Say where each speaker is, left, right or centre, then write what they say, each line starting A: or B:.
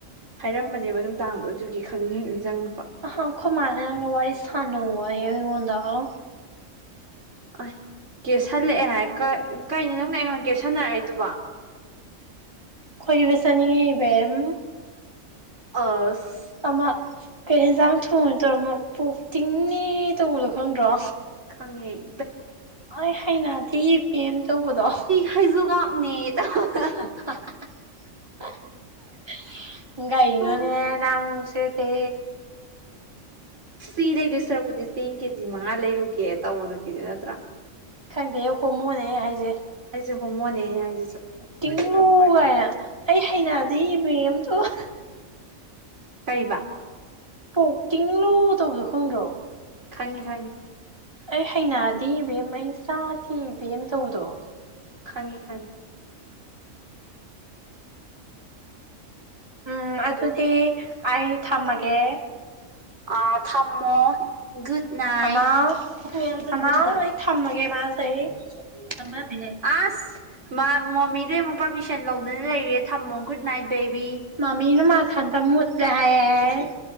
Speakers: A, on the right; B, on the right.
A: ꯍꯥꯏꯔꯝꯕꯅꯦꯕ ꯅꯨꯡꯗꯥꯡꯗꯣ ꯑꯗꯨꯒꯤ ꯈꯪꯅꯤꯡꯅꯤꯡꯍꯛ ꯅꯤꯡꯖꯪꯉꯛꯄ
B: ꯑꯍ ꯈꯣꯏ ꯃꯥꯅ ꯅꯪꯒ ꯋꯥꯔꯤ ꯁꯅꯧ ꯍꯥꯏꯌꯦ ꯑꯩꯉꯣꯟꯗ ꯑ
A: ꯑꯥꯏ ꯀꯦꯁꯜꯂꯛꯑꯦ ꯍꯥꯏ ꯀ ꯀꯩꯅꯣ ꯅꯪꯅ ꯑꯩꯉꯣꯟꯗ ꯀꯦꯁꯟꯅꯔꯛꯏꯗꯨꯕꯣ
B: ꯈꯣꯏꯕ ꯆꯠꯅꯤꯡꯉꯤ ꯢꯕꯦꯝ
A: ꯑꯥꯁ
B: ꯑꯃ ꯀꯩ ꯌꯦꯟꯖꯥꯡ ꯊꯣꯡꯏꯅꯣ ꯇꯧꯔ ꯑꯃ ꯄꯣꯛ ꯇꯤꯡꯅꯦ ꯇꯧꯕꯗꯣ ꯈꯪꯗ꯭ꯔꯣ
A: ꯈꯪꯉꯦ ꯑꯩ
B: ꯑꯩ ꯍꯩꯅꯗꯤ ꯏꯕꯦꯝ ꯇꯧꯕꯗꯣ
A: ꯍꯥꯖꯨꯒꯛꯅꯦ ꯇꯧꯕꯗꯣ
B: ꯍꯥꯍꯥ ꯍꯥ <unintelligible> ꯒꯩꯅꯣꯅꯦ
A: ꯑ
B: ꯅꯪꯁꯤꯗꯤ
A: ꯁꯤ ꯂꯩꯗꯣꯏ ꯁꯔꯨꯛꯄꯨꯗꯤ ꯆꯦꯡ ꯀꯦꯖꯤ ꯃꯉꯥ ꯂꯩꯔꯨꯒꯦ ꯇꯧꯕ ꯅꯨꯄꯤꯗꯨ ꯅꯠꯇ꯭ꯔꯣ
B: ꯈꯪꯗꯦꯍꯦ ꯍꯣꯃꯣꯅꯦ ꯑꯩꯅ ꯍꯥꯏꯖꯦ
A: ꯑꯩꯁꯨꯅꯦ ꯍꯣꯃꯣꯅꯦ ꯍꯥꯏꯁꯤꯁꯨ
B: ꯇꯤꯡꯂꯨ
A: ꯅꯣꯢꯗꯤ ꯌꯝ ꯋꯥꯢꯅ
B: ꯀꯥꯏꯅ ꯑꯩ ꯍꯩꯅꯗꯤ ꯏꯕꯦꯝ ꯑꯗꯨ ꯇꯧꯋꯥ
A: ꯀꯩꯕ
B: ꯄꯣꯛ ꯇꯤꯡꯂꯣ ꯇꯧꯕꯗꯣ ꯈꯪꯗ꯭ꯔꯣ
A: ꯈꯪꯉꯦ ꯈꯪꯉꯦ
B: ꯑꯩ ꯍꯩꯅꯗꯦ ꯏꯕꯦꯝ ꯑꯩ ꯆꯥꯗꯦ ꯏꯕꯦꯝ ꯇꯧꯕꯗꯣ
A: ꯈꯪꯉꯦ ꯈꯪꯉꯦ
B: ꯎꯝ ꯑꯗꯨꯗꯤ ꯑꯩ ꯊꯝꯃꯒꯦ
A: ꯑ ꯊꯝꯃꯣ ꯒꯨꯗ ꯅꯥꯏꯠ
B: ꯑꯃꯥꯎ ꯑꯃꯥꯎ ꯑꯩ ꯊꯝꯃꯒꯦ ꯃꯥꯁꯦ ꯊꯝꯕ ꯌꯗꯦꯍꯦ
A: ꯑꯁ ꯃꯣꯃꯤꯗꯩ ꯑꯃꯨꯛ ꯄꯔꯃꯤꯁꯟ ꯂꯧꯗꯨꯅ ꯂꯩꯔꯦ ꯊꯝꯃꯣ ꯒꯨꯗ ꯅꯥꯏꯠ ꯕꯦꯕꯤ꯫
B: ꯃꯝꯃꯤꯅ ꯃꯥꯊꯟꯗ ꯃꯨꯠꯂꯦ ꯍꯥꯏꯌꯦ꯫